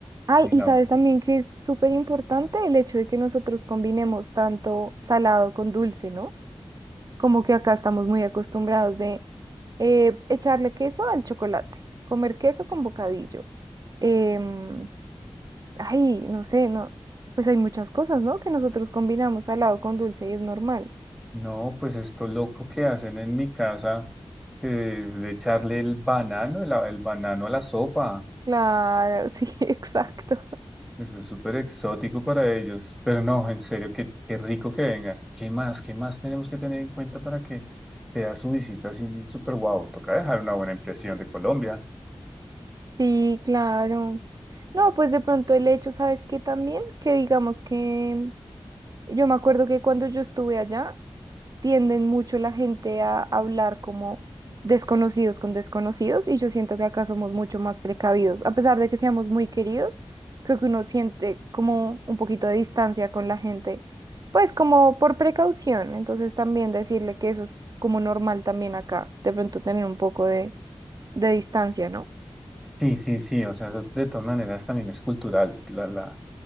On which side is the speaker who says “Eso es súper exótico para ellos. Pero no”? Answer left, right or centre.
Centre